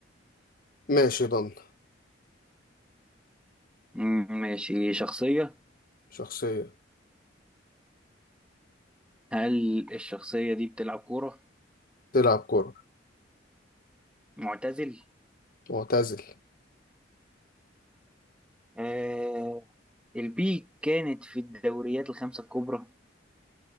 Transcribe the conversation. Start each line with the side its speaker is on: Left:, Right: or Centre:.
Left: ماشي ضن
Centre: مم، ماشي شخصيه
Left: شخصية
Centre: هل الشخصيه دي بتلعب كوره
Left: تلعب كورة
Centre: معتزل
Left: معتزل
Centre: آه البيك كانت في الدوريات الخمسه الكبرى